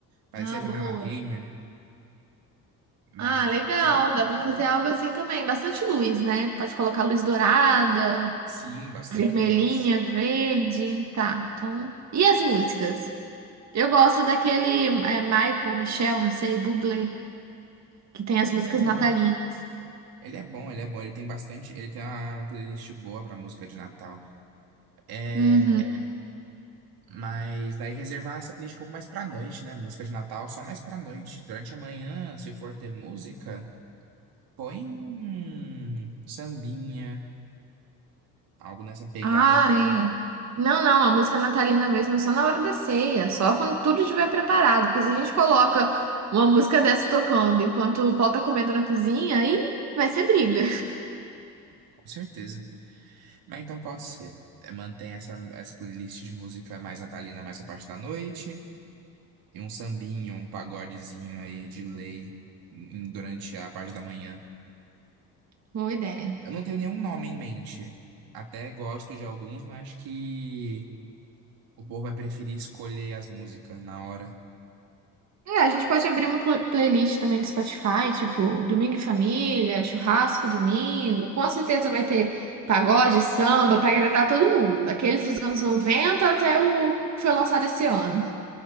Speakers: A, on the right; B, on the right.
A: Parecia
B: Ah,
A: a janela
B: boa.
A: gamer, mas
B: Ah, legal.
A: ficou tão bonitinho.
B: Dá pra fazer algo assim também. Bastante luz, né? Pode colocar luz dourada.
A: Sim, bastante
B: Vermelhinha,
A: luz.
B: verde, tá. Então, e as músicas? Eu gosto daquele é, Michael, Michel, não sei, Bublé, que tem as
A: Ele
B: músicas
A: é bom.
B: natalinas.
A: Ele é bom, ele é bom. Ele tem bastante. Ele tem uma, uma playlist boa pra música de Natal. É,
B: Uhum.
A: mas daí reservar essa playlist um pouco mais pra noite, né? Música de Natal só mais pra noite. Durante a manhã, se for ter música. Põe um sambinha, algo nessa pegada,
B: Ah,
A: aí,
B: é. Não, não, a música natalina mesmo é só na hora da ceia, só quando tudo estiver preparado, porque se a gente coloca uma música dessa tocando enquanto o pau tá comendo na cozinha, aí vai ser briga.
A: com certeza. Mas então pode ser. É, Mantém essa, essa playlist de música mais natalina, mais a parte da noite. E um sambinho, um pagodezinho aí de lei em- durante a parte da manhã.
B: Boa ideia.
A: Eu não tenho nenhum nome em mente. Até gosto de alguns, mas acho que o povo vai preferir escolher as músicas na hora.
B: É, a gente pode abrir uma pl- playlist também no Spotify, tipo Domingo em Família, Churrasco Domingo. Com certeza vai ter pagode, samba, pra agradar todo mundo, daqueles dos anos 90 até o que foi lançado esse ano.